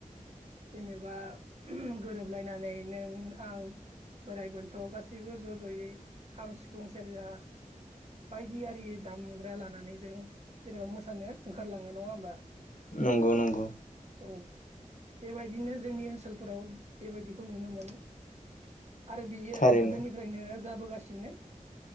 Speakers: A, on the right; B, on the left.
A: जेनेबा गोरोबलायनानै नों आं बोराइ बोनथ' गाससिबो ज' ज'यै खाम सिफुं सेरजा बायदियि दामग्रा लानानै जों जेनेबा मोसानो ओंखारलाङो नङा होमबा
B: नंगौ नंगौ
A: औ बेबायदिनो जोंनि ओनसोलफोराव बेबायदिखौ नुनो मोनो आरो बियो
B: थारैनो
A: गोदोनिफ्रायनो जाबोगासिनो।